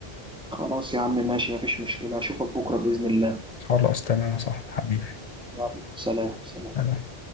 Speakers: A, in the centre; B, on the left (about 50°).
A: خلاص يا عم ماشي مفيش مشكله اشوفك بكره باذن الله
B: خلاص تمام يا صاحبي حبيبي
A: يلا سلام سلام
B: تمام.